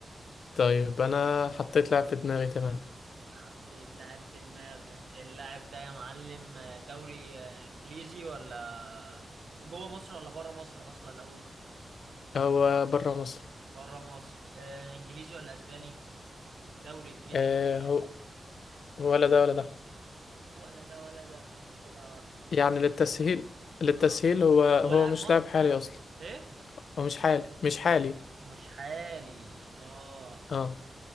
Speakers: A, on the left; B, on the right.
A: طيب أنا حطيت لاعب في دماغي تمام
B: حطيت لاعب في دماغك اللاعب ده يا معلم دوري انجليزي ولا جوه مصر ولا بره مصر اصلا الاول
A: هو برا مصر
B: بره مصر آه، انجليزي ولا اسباني دوري انجليزي
A: اه
B: ولا اسباني
A: هو هو ولا ده ولا ده
B: ولا ده ولا ده انت كده
A: يعني للتسهيل للتسهيل
B: اه
A: هو هو
B: هو لاعب
A: مش
B: مصر
A: لاعب حالي أصلا
B: ايه
A: هو مش حالي مش حالي
B: مش حالي اه
A: اه